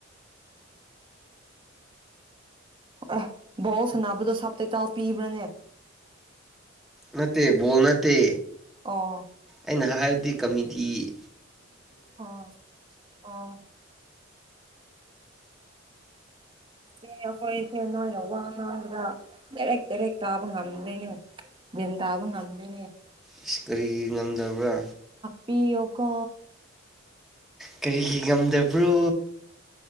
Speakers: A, on the right; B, in the centre.
A: ꯑꯦ ꯕꯣꯜ ꯁꯥꯟꯅꯕꯗ ꯁꯞ ꯇꯥꯏꯇꯜ ꯄꯤꯕ꯭ꯔꯥꯅꯦ
B: ꯅꯠꯇꯦ ꯕꯣꯜ ꯅꯠꯇꯦ
A: ꯑꯣ
B: ꯑꯩꯅ ꯍꯥꯏꯕꯗꯤ ꯀꯃꯤꯇꯤ
A: ꯑꯣ ꯑꯣ ꯆꯦ ꯑꯩꯈꯣꯏꯁꯦ ꯅꯣꯏꯅ ꯋꯥ ꯉꯥꯡꯕꯗ ꯗꯥꯏꯔꯦꯛ ꯗꯥꯏꯔꯦꯛ ꯇꯥꯕ ꯉꯝꯗ꯭ꯔꯦꯅꯦ ꯃꯦꯟ ꯇꯥꯕ ꯉꯝꯗꯦꯅꯦ
B: ꯑꯁ ꯀꯔꯤ ꯉꯝꯗꯕ꯭ꯔꯥ
A: ꯄꯤꯌꯨ ꯀꯣ
B: ꯀꯔꯤꯒꯤ ꯉꯝꯗꯕ꯭ꯔꯣ